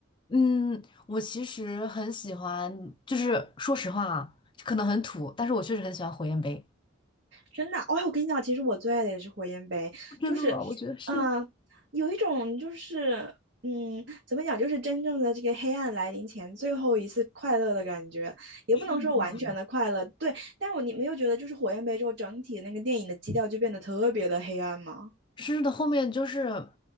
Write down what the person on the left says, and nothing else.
嗯，我其实很喜欢，就是说实话啊，可能很土，但是我确实很喜欢火焰杯。
真的吗？
我觉得是的。
是的，
是的，后面就是